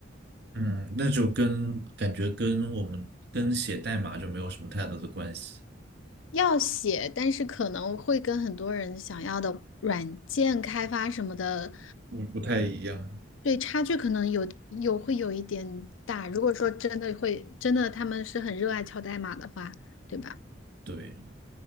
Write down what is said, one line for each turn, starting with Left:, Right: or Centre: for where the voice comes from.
Right: 嗯，那就跟感觉跟我们跟写代码就没有什么太大的关系，
Left: 要写，但是可能会跟很多人想要的软件开发什么的，
Right: 不不太一样。
Left: 对差距可能有有会有一点大。如果说真的会真的他们是很热爱敲代码的话，对吧？
Right: 对。